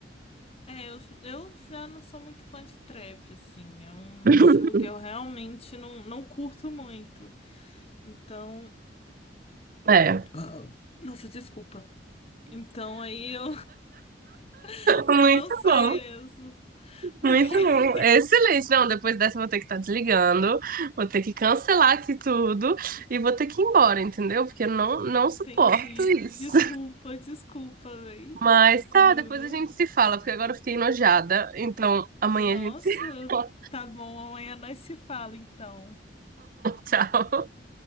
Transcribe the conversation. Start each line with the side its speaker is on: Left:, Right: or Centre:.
Left: É, eu, eu já não sou muito fã de trap, assim. É um
Right: <laughs>
Left: estilo que eu realmente não, não curto muito. Então.
Right: É.
Left: Ah, Nossa, desculpa. Então aí eu, <laughs>
Right: Muito
Left: eu não sei
Right: bom,
Left: mesmo. Porque.
Right: muito bom. Excelente. Não, depois dessa eu vou ter que estar desligando, vou ter que cancelar aqui tudo e vou ter que ir embora, entendeu? Porque eu não,
Left: <laughs>
Right: não
Left: Entendi.
Right: suporto isso.
Left: Desculpa, desculpa, véi.
Right: Mas tá,
Left: Juro.
Right: depois a gente se fala, porque agora eu fiquei enojada. Então, amanhã
Left: Nossa.
Right: a gente se <laughs> fala.
Left: Tá bom, amanhã nós se fala então.
Right: Tchau.